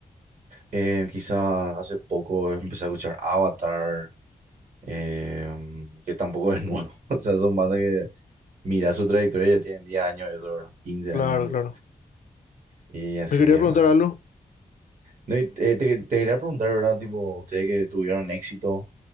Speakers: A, on the right; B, on the left.
A: eh, quizás hace poco empecé a escuchar Avatar, em, que tampoco es nuevo. <laughs> O sea, son bandas que, mira su trayectoria, y ya tienen 10 años, eso, ¿verdad? quince
B: Claro,
A: años, no
B: claro.
A: sé. Y así,
B: Me quería preguntar
A: ¿verdad?
B: algo.
A: No, y, eh, te, te quería preguntar, ¿verdad? Tipo, ustedes que tuvieron éxito,